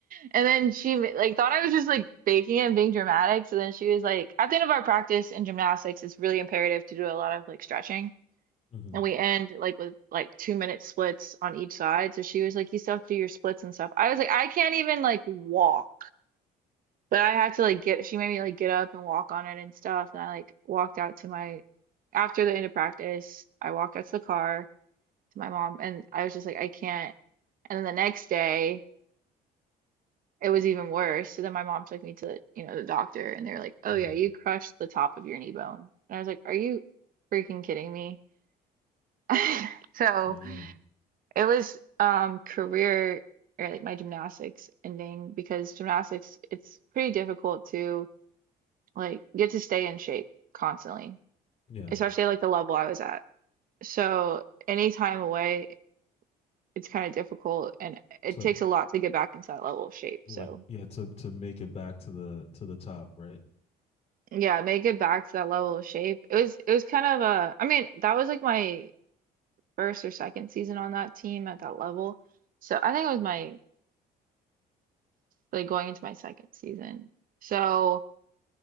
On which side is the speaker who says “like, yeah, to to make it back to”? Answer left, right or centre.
Left